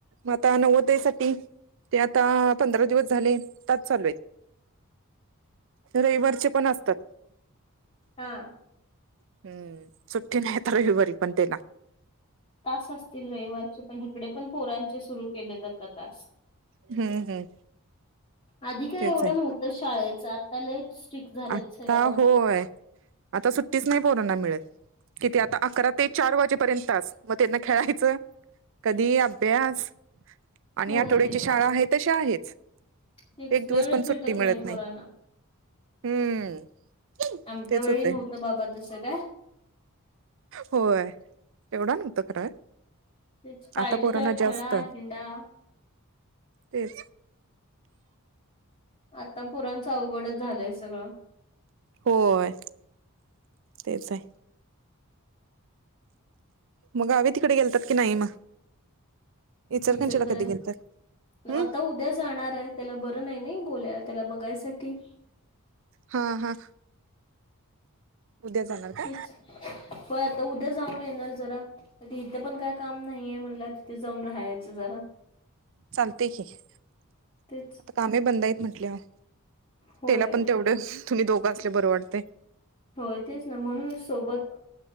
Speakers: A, on the right (about 60°); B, on the left (about 30°).
A: मग आता नवोदया साठी ते आता पंधरा दिवस झाले तास चालू आहेत. रविवारचे पण असतात.
B: हा
A: हम्म सुट्टी नाही आता रविवारी पण त्याला.
B: तास असतील रविवारचे पण इकडे पण पोरांचे सुरू केलेत आता तास
A: हम्म हम्म
B: आधी काय
A: तेच
B: एवढं
A: आहे
B: नव्हतं शाळेच आता लय स्ट्रिक झालेत
A: आता
B: सगळ्या बाबतीत.
A: होय आता सुट्टीच नाही पोरांना मिळत किती आता अकरा ते चार वाजेपर्यंतच तास मग त्यांना खेळायचं कधी अभ्यास आणि
B: होय
A: आठवड्याची शाळा आहे तशी आहेच.
B: तेच
A: एक
B: वेळच
A: दिवस पण सुट्टी
B: भेटत
A: मिळत
B: नाही पोरांना.
A: हम्म.
B: आमच्या
A: तेच
B: वेळी
A: होतय
B: नव्हतं बाबा तसं काय.
A: होय एवढा नव्हतं खरं.
B: तेच पाहिजे
A: आता पोरांना
B: तेव्हा
A: जास्त
B: खेळा हिंडा
A: तेच
B: आता पुरांचं अवघडच झालंय सगळं.
A: होय तेच आहे. मग गावी तिकडे गेलतात की नाही मग. इचलकरंजीला
B: इचलकरंजी
A: कधी गेलतात हम्म.
B: आता उद्या जाणार आहे त्याला बरं नाही नाही गोल्याला त्याला बघायसाठी.
A: हा. हा. उद्या जाणार. का?
B: तेच होय आता उद्या जाऊन येणार जरा. इथं पण काय काम नाहीय म्हणलं तिथे जाऊन राहायचं जरा.
A: चालतय की आता
B: तेच
A: कामहि बंद आहेत म्हटल्या वर.
B: होय
A: तेला पण तेवढ तुम्ही दोघं असल्यावर बरं वाटतय.
B: होय तेच ना म्हणूनच सोबत.